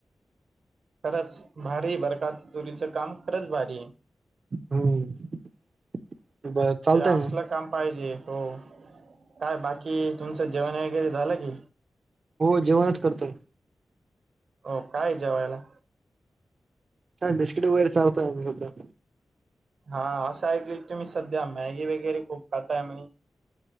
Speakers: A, on the right (about 85°); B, on the right (about 60°).
A: खरंच भारी बरखात चुरीचं काम खरंच भारी
B: हम्म ब चालतय
A: ते असलं
B: मग
A: काम पाहिजे हो काय बाकी तुमचं जेवण वगैरे झालं की
B: हो जेवणच करतोय
A: हो काय ज वळेला
B: हां बिस्कीट वगैरे चालोय सुधा
A: हा असं ऐकले तुम्ही सध्या मॅगी वगैरे खूप खाताय म्हणे